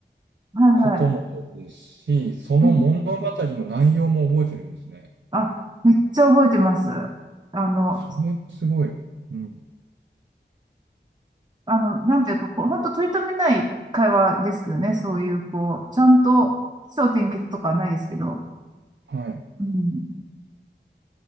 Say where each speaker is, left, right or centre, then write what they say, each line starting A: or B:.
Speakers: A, on the right; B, on the right.
A: はいはい。
B: こともそうですし、その物語の内容も覚えてるんですね。
A: うん、あ、めっちゃ覚えてます。あの、
B: それすごい。うん。
A: あの、なんていうか、こう、本当取り留めない会話ですけどね、そういう、こう、ちゃんと起承転結とかはないですけど、
B: はい。う
A: うん。